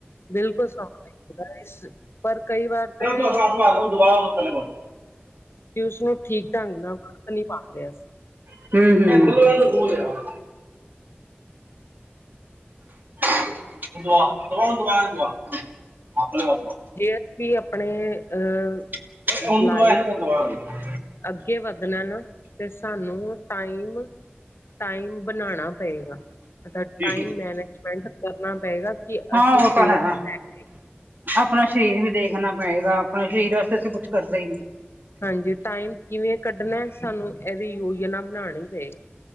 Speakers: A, on the left (about 80°); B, on the right (about 50°).
A: ਬਿਲਕੁਲ <unintelligible> ਇਸ ਪਰ ਕਈ ਵਾਰ
B: <unintelligible>
A: ਤੇ ਕਿ ਉਸਨੂੰ ਠੀਕ ਢੰਗ ਨਾਲ ਵਰਤ ਨੀ ਪਾਂਦੇ।
B: ਹੂੰ-ਹੂੰ। <unintelligible>
A: ਜੇ ਅਸੀ ਆਪਣੇ ਅਹ
B: <unintelligible>
A: ਲਾਈਫ ਅੱਗੇ ਵੱਧਣਾ ਨਾ ਤੇ ਸਾਨੂੰ ਟਾਈਮ ਟਾਈਮ ਬਣਾਣਾ ਪਏਗਾ। ਮਤਲਬ
B: ਦੇ।
A: ਟਾਈਮ ਮੈਨੇਜਮੈਂਟ ਕਰਨਾ ਪਏਗਾ ਕਿ
B: ਹਾਂ
A: ਅਸੀਂ
B: ਉਹ
A: ਸਵੇਰ
B: ਤਾਂ ਹੈ
A: ਤੋ ਲੈ ਕੇ
B: ਆਪਣਾ ਸਰੀਰ ਵੀ ਦੇਖਣਾ ਪਏਗਾ, ਆਪਣਾ ਸਰੀਰ ਵਾਸਤੇ ਅਸੀ ਕੁਛ ਕਰਦੇ ਈ ਨਹੀਂ।
A: ਹਾਂਜੀ ਟਾਈਮ ਕਿਵੇਂ ਕੱਢਣਾ ਐ, ਸਾਨੂੰ ਇਹ ਦੀ ਯੋਜਨਾ ਬਣਾਣੀ ਪਏਗੀ।